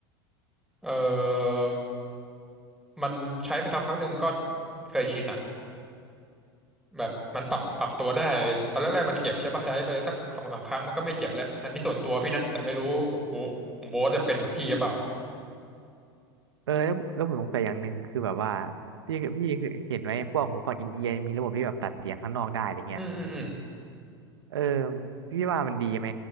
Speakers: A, in the centre; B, on the right.
A: เออมันใช้ไปสักพักหนึ่งมันก็เคยชินอะแบบมันปรับปรับตัวได้ตอนแรกๆมันเจ็บใช่ปะใช้ไปสักสองสามครั้งมันก็ไม่เจ็บแล้วอันนี้ส่วนตัวพี่นะแต่ไม่รู้โอ้โหของโบ๊ทจะเป็นแบบพี่หรือเปล่า
B: เออแล้วผแล้วผมสงสัยอย่างหนึ่งคือแบบว่าพี่เพี่เคยเห็นไหมพวกหูฟังอินเอียร์มีระบบที่แบบตัดเสียงข้างนอกได้อะไรเงี้ย
A: อืมอืมอืม
B: เออพี่ว่ามันดีไหม